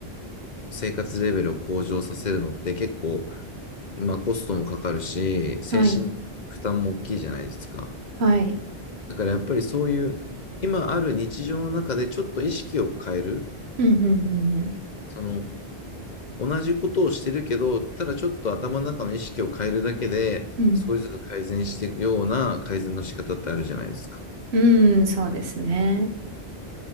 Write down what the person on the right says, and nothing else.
はい。はい。
うん、うん、うん、うん。
う
ん、うんそうですね。